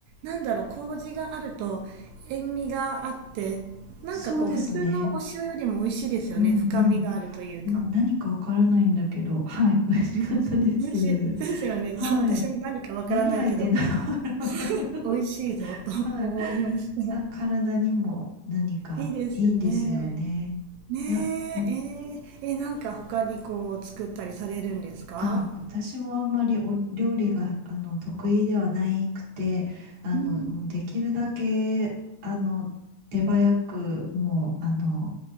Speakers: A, on the right; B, on the right.
A: なんだろう、麹があると塩味があって、なんかこう普通のお塩よりも美味しいですよね。
B: そうですね。うんうん。
A: 深みがあるというか。
B: うん何かわからないんだけど、はい、美味しかったです。
A: うん美味しいですよね。
B: はい。
A: そう、私も何かわからないけど、
B: 何入ってんだろう。
A: <laughs> 美味しいぞと思いました。
B: <laughs> はい。あ、体にも何かいいんですよね。
A: いいですね。ね
B: な、ん
A: え、えーえ、なんか他にこう作ったりされるんですか
B: あ、私もあんまりお料理が、あの、得意ではないくて、あの、
A: うん、
B: もうできるだけ、あの、手早く、もう、あの、